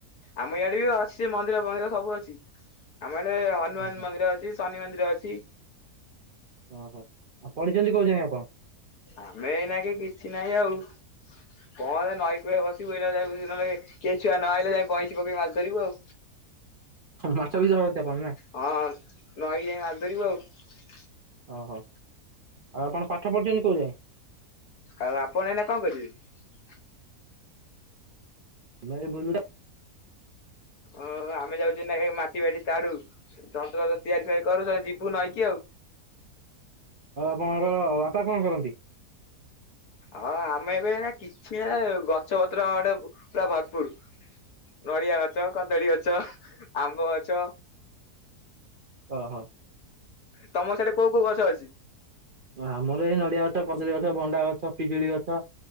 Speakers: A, on the left; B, on the right.
A: ଆମ ଇଆଡେ ବି ଅଛି ସେ ମନ୍ଦିର ଫନ୍ଦିର ସବୁ ଅଛି ଆମ ଏଡେ ହନୁମାନ
B: ଓହୋ
A: ମନ୍ଦିର ଅଛି ଶନି ମନ୍ଦି ନ୍ଦିର ଅଛି।
B: ଓହୋ, ଆ ପଡିଛନ୍ତି କୋଉ ଯାଏ ଆପଣ?
A: ଆମେ ଏଇନା କି କିଛି ନାହିଁ ଆଉ।
B: <inaudible>
A: କଣ ନଈ କୂଳେ ବସିବୁ <unintelligible> କିଏ ଛୁଆ ନହଲେ ଯାଇ ବଇଁସି ପକେଇି ମାଛ ଧରିବୁ ଆଉ।
B: ମାଛ ବି ଧରନ୍ତି ଆପଣ ନାଁ?
A: ହଁ <unintelligible> ଆଉ
B: ଓହୋ ଆଉ ଆପଣ ପାଠ ପଢ଼ିଛନ୍ତି କୋଉ ଯାଇ?
A: ଆଉ ଆପଣ ଏଇନା କଣ କରିବେ?
B: <unintelligible>
A: ଓ ଆମେ ଯାଉଚୁ ନା ମାଟି ବାଟି ତାଡୁ ଯନ୍ତ୍ରପ ତିଆରି ଫୁଆରି କରୁ ଯିବୁ ନଇ କି ଆଉ।
B: ଆ ପଣଙ୍କର ବାପା କଣ କରନ୍ତି?
A: ହଁ ଆମେ ଏବେ ନା କିଛି ନା ଗଛ ପତ୍ର ଗଟେ ପୁରା ଭରପୁର। ନଡିଆ ଗଛ, କଦଳୀ ଗଛ, ଆମ୍ବ ଗଛ
B: ଓ ହୋ।
A: ତମ ସିଆଡେ କୋଉ କୋଉ ଗଛ ଅଛି?
B: ଆମର ଏଇ ନଡିଆ ଗଛ, କଦଳୀ ଗଛ, ଭଣ୍ଡା ଗଛ, ପିଜୁଳି ଗଛ।